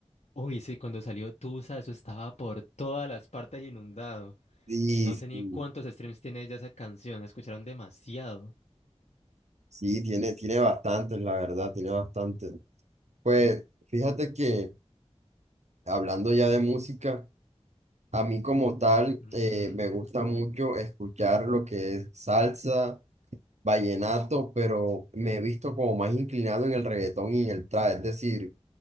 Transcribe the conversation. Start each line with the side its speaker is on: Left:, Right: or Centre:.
Left: Uy, sí, cuando salió Tusa, eso estaba por todas las partes inundado.
Right: Sí,
Left: No sé ni
Right: sí,
Left: cuántos streams tiene ella esa canción, la escucharon demasiado.
Right: sí, tiene, tiene bastantes, la verdad, tiene bastantes. Pues fíjate que... hablando ya de música, a mí como tal
Left: Ujú,
Right: eh, me gusta mucho escuchar lo que es salsa, vallenato, pero me he visto como más inclinado en el reggaetón y en el trap, es decir,